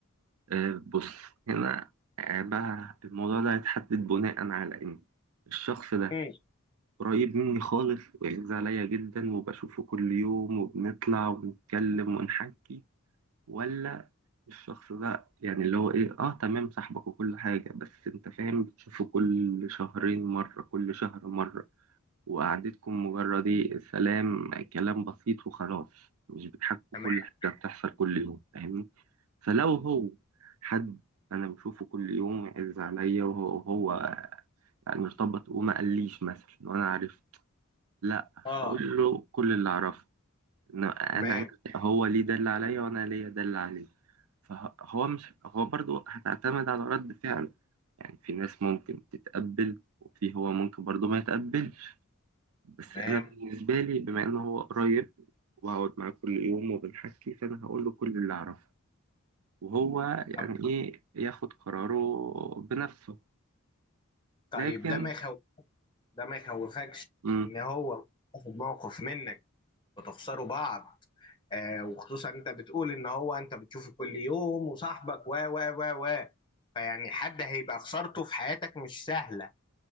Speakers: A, on the right; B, on the left.
A: أه بص هنا آه، بقى الموضوع ده هيتحدد بناء على ان الشخص ده
B: امم
A: قريب مني خالص ويعز عليا جدا وبشوفه كل يوم وبنطلع ونتكلم ونحكي ولا الشخص ده يعني اللي هو ايه اه تمام صاحبك وكل حاجة بس انت فاهم بتشوفه كل شهرين مرة كل شهر مرة وقعدتكم مجرد ايه سلام كلام بسيط وخلاص مش بتحكوا
B: تمام
A: كل حاجة بتحصل كل يوم فاهمني فلو هو حد انا بشوفه كل يوم يعز عليا وهو وهو يعني ارتبط وما قاليش مثلا وانا عارف لا هقول
B: اه
A: له كل اللي اعرفه إن انا
B: تمام
A: هو ليه ده اللي عليا وانا ليا ده اللي عليه فهو مش هو برضو هتعتمد على رد فعله يعني في ناس ممكن تتقبل وفي هو ممكن برضو ما يتقبلش بس
B: تمام
A: انا بالنسبه لي بما انه هو قريب وهقعد معاه كل يوم وبنحكي فانا هقول له كل اللي اعرفه وهو يعني
B: طب
A: ايه ياخد قراره بنفسه
B: طيب
A: لكن
B: ده ما يخوف ده ما يخوفكش
A: مم.
B: ان هو ياخد موقف منك وتخسروا بعض آه وخصوصا انت بتقول ان هو انت بتشوفه كل يوم وصاحبك و و و و فيعني حد هيبقى خسارته في حياتك مش سهله